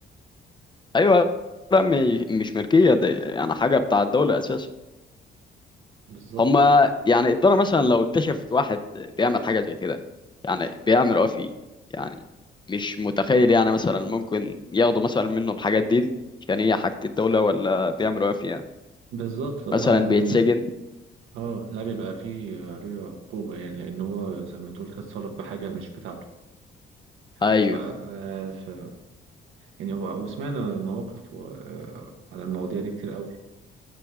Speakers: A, on the left (about 25°); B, on the right (about 80°).
A: ايوه لا م- مش ملكيه دي يعني حاجه بتاع الدوله اساسا
B: بالظبط
A: هما يعني الدوله مثلا لو اكتشفت واحد بيعمل حاجه زي كده يعني بيعمل ايه فيه يعني مش متخيل يعني مثلا ممكن ياخدوا مثلا منه الحاجات دي, دي عشان هي حاجه الدوله ولا بيعملوا ايه فيها
B: بالظبط اه
A: مثلا بيتسجن
B: اه لا بيبقى فيه عليه عقوبة يعني لأن هو زي ما تقول كده اتصرف بحاجة مش بتاعته
A: ايوه
B: ف... ف... يعني هو وسمعنا مواقف و... آه، على المواضيع دي كتير قوي